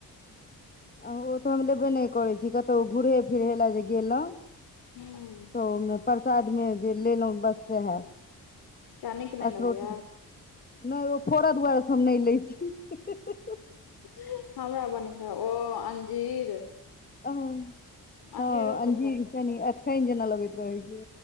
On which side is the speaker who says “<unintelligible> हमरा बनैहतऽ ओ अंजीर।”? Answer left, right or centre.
Left